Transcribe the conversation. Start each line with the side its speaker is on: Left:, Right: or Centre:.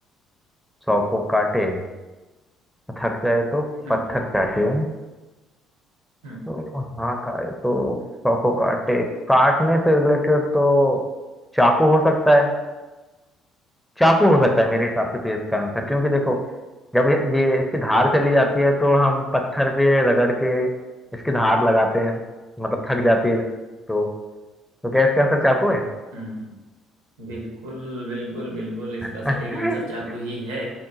Centre: सौ को काटे थक जाए तो
Right: हम्म
Centre: पत्थर चाटे
Right: हम्म
Centre: तो हाथ आए तो सौ को काटे काटने से रिलेटेड तो चाकू हो सकता है चाकू हो सकता है मेरे हिसाब से तो ये इसका आंसर क्योंकि देखो जब ये ये इसकी धार चली जाती है तो हम पत्थर पे रगड़ के इसकी धार लगाते हैं मतलब थक जाती है तो तो क्या इसका आंसर चाकू है
Right: हम्म, बिल्कुल बिल्कुल बिल्कुल इसका
Centre: <laughs>
Right: सटीक आंसर चाकू ही है